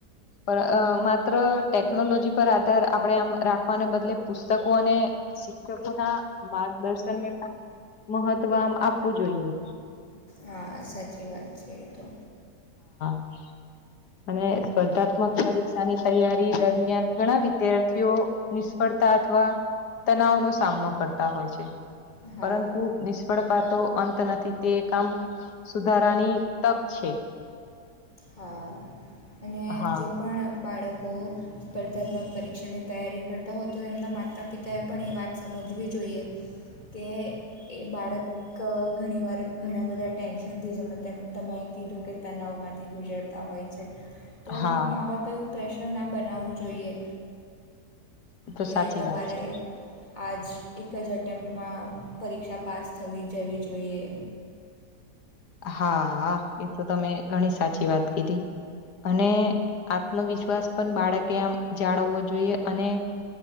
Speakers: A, on the left (about 75°); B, on the left (about 25°).
A: પણ માત્ર ટેકનોલોજી પર આધાર આપણે આમ રાખવાને બદલે પુસ્તકોને શિક્ષકો ના માર્ગદર્શનને પણ મહત્વમ આપવું જોઈએ.
B: હા સાચી વાત છે એ તો
A: <inaudible> અને સ્પર્ધાત્મક પરીક્ષાની તૈયારી દરમિયાન ઘણા વિદ્યાર્થીઓ નિષ્ફળ અથવા તનાવ નો સામનો કરતા હોય છે.
B: હા
A: પરંતુ નિષ્ફળ પાતો અંત નથી તે કામ સુધારાની તક છે.
B: હા અને
A: હા
B: જે પણ બાળકો સ્પર્ધાત્મક પરીક્ષાની તૈયારી કરતા હોય તો એમના માતા પિતાએ પણ એ વાત સમજવી જોઈએ. તે એ બાળક ઘણીવાર ઘણા બધા ટેન્શનથી જમે તેમ તમે કીધું કે તનાવમાંથી ગુજરતા હોય છે. તો
A: હા
B: મા બાપે એવું પ્રેશર ના બનાવવું જોઈએ.
A: એ તો
B: કે
A: સાચી
B: તમારે
A: વાત છે
B: આજ એક જ એટેમ્પ્ટમાં પરીક્ષા પાસ થવી જવી જોઈએ.
A: હા એ તો તમે ઘણી સાચી વાત કીધી. અને આત્મવિશ્વાસ પણ બાળકે આમ જાળવવો જોઈએ અને